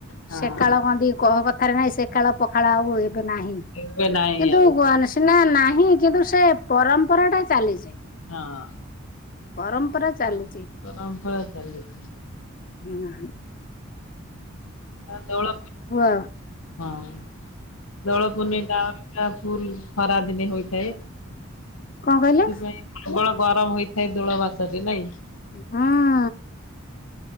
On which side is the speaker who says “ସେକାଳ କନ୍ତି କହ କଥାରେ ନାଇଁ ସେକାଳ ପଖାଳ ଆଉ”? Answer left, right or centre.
Left